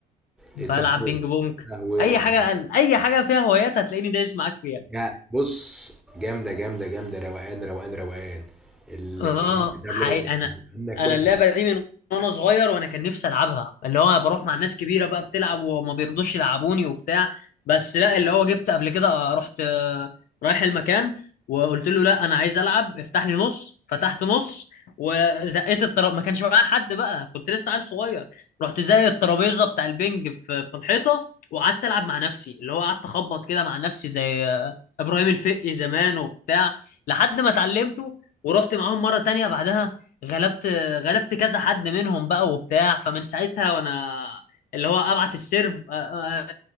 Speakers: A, on the left (about 55°); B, in the centre.
A: بلعب
B: إيه، تنس طاولة.
A: بينج بونج
B: قهوة
A: اي حاجه اي حاجه فيها هوايات هتلاقيني دايس معاك فيها
B: لا، بص جامدة جامدة جامدة روقان روقان روقان اللعبة
A: اه
B: دي اللعبة
A: حقيقي
B: دي روقان
A: انا
B: انك
A: انا
B: واقف
A: اللعبه دي من وانا صغير وانا كان نفسي العبها اللي هو انا بروح مع ناس كبيره بقى بتلعب وما بيرضوش يلعبوني وبتاع بس لا اللي هو جبت قبل كده آه، رحت آه، رايح المكان وقلت له لا انا عايز العب افتح لي نص فتحت نص وزقيت الترابيزه ما كانش معايا حد بقى كنت لسه عيل صغير رحت زي الترابيزه بتاع البنج في في الحيطه وقعدت العب مع نفسي اللي هو قعدت اخبط كده مع نفسي زي آه، ابراهيم الفقي زمان وبتاع لحد ما اتعلمت ورحت معاهم مرة تانية بعدها غلبت غلبت كذا حد منهم بقى وبتاع فمن ساعتها وانا اللي هو ابعت السيرف آه، آه،